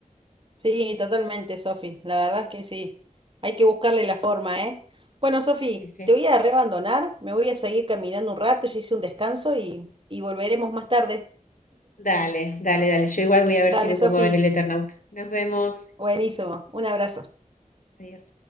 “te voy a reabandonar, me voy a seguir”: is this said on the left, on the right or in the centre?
Right